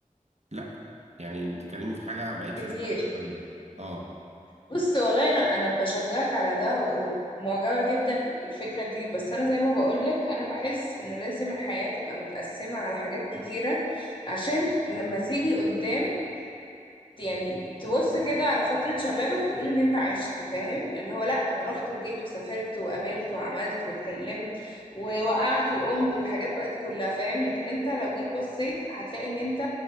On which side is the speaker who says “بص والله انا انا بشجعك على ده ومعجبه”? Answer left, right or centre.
Left